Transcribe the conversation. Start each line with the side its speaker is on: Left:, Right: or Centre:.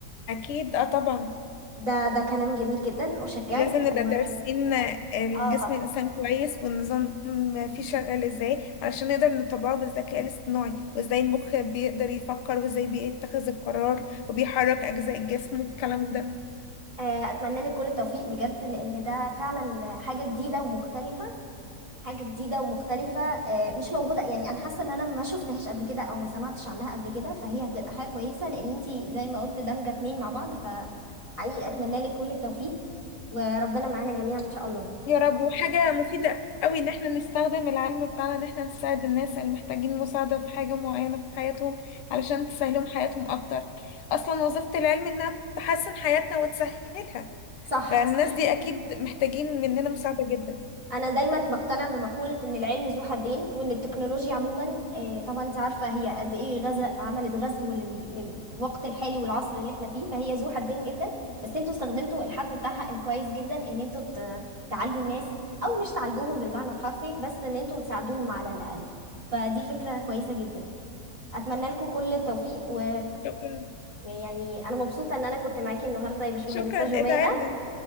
Left: اكيد اه طبعا
Right: ده ده كلام جميل جدا أشجعك
Left: لازم
Right: و
Left: نبقى دارسين الجسم
Right: اه
Left: الإنسان كويس والنظام فيه شغال ازاي علشان نقدر نطبقه بالذكاء الاصطناعي وازاي المخ بيقدر يفكر وازاي بيتخذ القرار وبيحرك أجزاء الجسم والكلام ده
Right: آه، أتمنى لك كل التوفيق بجد لأن ده فعلا حاجة جديدة ومختلفة حاجة جديدة ومختلفة آه، مش موجودة يعني أنا حاسة إن أنا ما شفتهاش قبل كده أو ما سمعتش عنها قبل كده فهي هتبقى حاجة كويسة لأن أنتي زي ما قلت دمجة اتنين مع بعض فحقيقي أتمنى لك كل التوفيق وربنا معانا جميعا إن شاء الله
Left: يا رب وحاجة مفيدة قوي ان احنا نستخدم العلم بتاعنا ان احنا نساعد الناس اللي محتاجين مساعدة في حاجة معينة في حياتهم علشان تسهلهم حياتهم اكتر اصلا وظيفة العلم انها تحسن حياتنا وتسهلها
Right: صح
Left: فالناس
Right: صح
Left: دي اكيد محتاجين مننا مساعدة جدا
Right: انا دايما بقتنع بمقولة ان العلم ذو حدين وان التكنولوجيا عموما آه، طبعا انت عارفة هي قد ايه غزا عملت غزو لل- للوقت الحالي والعصر اللي احنا فيه فهي ذو حدين جدا بس انتوا استخدمتوا الحد بتاعها الكويس جدا ان انتوا ت- تعالجوا الناس او مش تعالجوهم بالمعنى الحرفي بس ان انتوا تساعدوهم على الاقل فدي فكرة كويسة جدا اتمنى لكم كل التوفيق و
Left: شكرا
Right: يعني انا مبسوطة ان انا كنت معاكي النهاردة يا باشمهندسة
Left: شكرا
Right: جمانة
Left: ادعي لنا